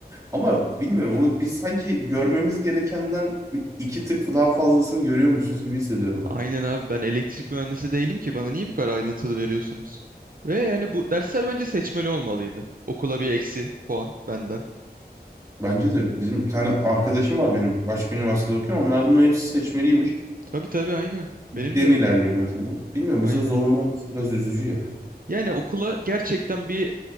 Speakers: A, on the right; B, on the right.
A: ama bilmiyorum onu biz sanki görmemiz gerekenden bir- iki tık daha fazlasını görüyormuşuz gibi hissediyorum
B: Aynen abi ben elektrik mühendisi değilim ki bana niye bu kadar ayrıntılı veriyorsunuz? Ve yani bu dersler bence seçmeli olmalıydı. Okula bir eksi puan benden.
A: Bence de bizim bir tane arkadaşım var benim başka üniversitede okuyor. Onlardan bunların hepsi seçmeliymiş.
B: Tabii tabii aynen. Benim
A: Den
B: de öyle.
A: ilerliyor mesela. Bilmiyorum
B: Aynen.
A: bizde zorunlu olması biraz üzücü ya.
B: Yani okula gerçekten bir